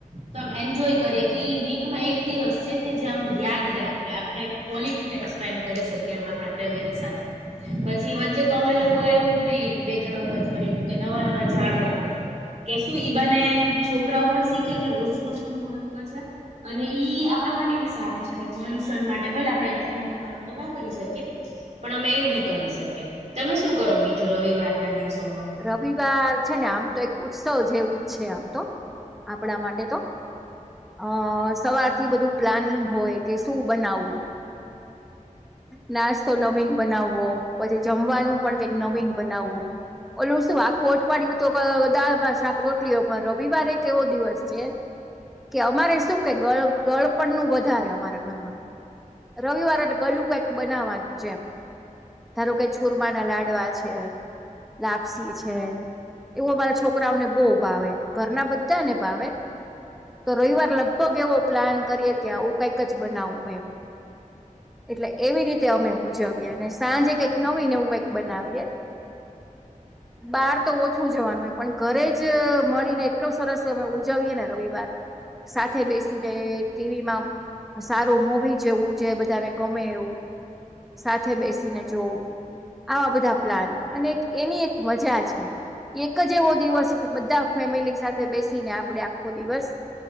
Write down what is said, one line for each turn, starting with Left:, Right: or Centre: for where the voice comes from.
Right: તો આમ એન્જોય કરીએ કે, વીકમાં એક દિવસ છે કે, જે આમ યાદ રે, આપડે આપણે ક્વલટી ટાઈમ સ્પેન્ડ કરી શકીએ, એમ આપણા ફેમિલી સાથે પછી વચ્ચે તો અમે લોકો એવું બે-ત્રણ વખત કર્યું તું, કે નવા- નવા ઝાડ વાવ્યા. કે શું ઈબા ને, છોકરાઓ પણ શીખે કે, વૃક્ષ નું શું મહત્વ છે? અને ઈ આપણા માટે બી સારું છે કે, પોલ્યુશન માટે ભલે આપડે એટલું મોટું કામ તો ના કરી શકીએ. પણ અમે એવું બી કરી શકીએ, તમે શું કરો બીજું રવિવાર ના દિવસોમાં?
Centre: રવિવાર છે ને, આમ તો એક ઉત્સવ જેવું છે, આમ તો આપણા માટે તો. અ સવારથી બધું પ્લાનિંગ હોય કે, શું બનાવવું. નાસ્તો નવીન બનાવવો, પછી જમવાનું પણ કઈક નવીન બનાવવું. ઓલે શું આખું અઠવાડય્યું તો, દાળમાં, શાક, રોટલી રવિવારે એ કેવો દિવસ છે. કે અમારે શું કે, ગળપણ નું વધારે અમારા ઘરમાં. રવિવાર ગળું કઈક બનાવવાનું છે એમ. ધારું કઈ છુરમા ના લાડવા છે. લાપસી છે. એવું અમારા છોકરાઓને બહુ ભાવે, ઘરના બધાને ભાવે. તો રવિવાર લગભગ એવો પ્લાન કરીએ કે, આવું કઈક જ બનાવવું એમ. એટલે એવી રીતે અમે ઉજવીએ, અને સાંજે કઈક નવીને હું કઈક બનાવીએ. બહાર તો ઓછું જવાનું હોય, પણ ઘરે જ મળીને, એટલો સરસ અમે ઉજવીએ ને રવિવાર. સાથે બેસીને, ટીવી માં. સારું મવી જેવું જે, બધાને ગમે એવું. સાથે બેસીને જોવું, આવા બધા પ્લાન અને એની એક મજા છે. એક જ એવો દિવસ કે, બધા ફેમિલી સાથે બેસીને, આપડે આખો દિવસ